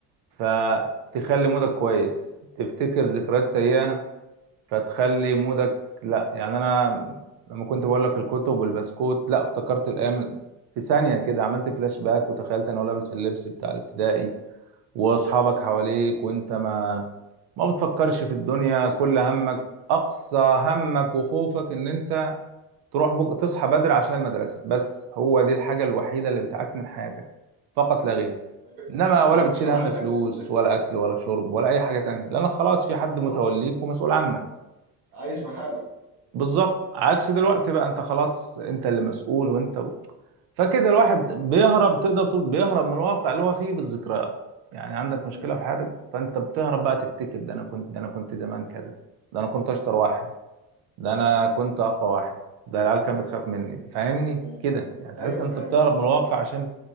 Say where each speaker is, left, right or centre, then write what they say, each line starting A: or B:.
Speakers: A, on the right; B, on the right.
A: فتخلي مودك كويس تفتكر ذكريات
B: م-
A: سيئة فتخلي
B: م-
A: مودك لا يعني انا لما كنت بقول لك الكتب والبسكوت لا افتكرت الايام في ثانية كده عملت فلاش باك وتخيلت انا لابس اللبس بتاع الابتدائي واصحابك
B: م.
A: حواليك وانت ما ما بتفكرش في الدنيا كل همك اقصى همك وخوفك ان انت تروح بج... تصحى بدري عشان المدرسة بس هو دي الحاجة الوحيدة اللي بتعكنن حياتك فقط لا غير
B: طيب
A: انما ولا
B: طيب انت
A: بتشيل
B: كان
A: هم
B: عندك
A: فلوس
B: الذك
A: ولا اكل ولا
B: م.
A: شرب ولا اي حاجة تانية لانك خلاص في حد
B: بالظبط
A: متوليك ومسؤول عنك
B: عايش بحالك
A: بالظبط عكس دلوقتي بقى انت خلاص
B: م-
A: انت اللي مسؤول وانت و... فكده
B: م-
A: الواحد بيهرب تقدر تقول بيهرب من الواقع اللي هو فيه بالذكريات يعني عندك مشكلة
B: م-
A: في حياتك فانت بتهرب بقى تفتكر ده انا كنت ده انا كنت زمان كذا ده انا كنت اشطر واحد ده
B: م-
A: انا كنت اقوى واحد ده العيال كانت
B: م-
A: بتخاف مني فاهمني
B: م.
A: كده يعني تحس
B: ايوه
A: انت
B: فاهم
A: بتهرب
B: الفكرة.
A: من الواقع عشان